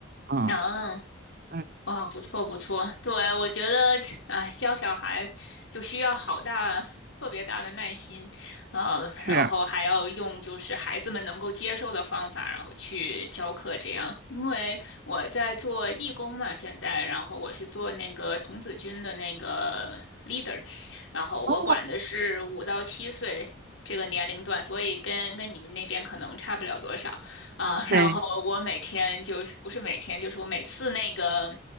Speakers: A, on the right; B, on the left.
A: 嗯
B: 啊
A: 嗯
B: 哇，不错不错，对，我觉得，哎，教小孩就需要好大、特别大的耐心，呃，
A: 是，
B: 然后还要用就是孩子们能够接受的方法，然后去教课这样。因为我在做义工嘛，现在，然后我是做那个童子军的那个 leader，然后我管的是五到七岁这个年龄段，
A: 哦，
B: 所以跟跟你们那边可能差不了多少。啊，
A: 对，
B: 然后我每天就是不是每天，就是我每次那个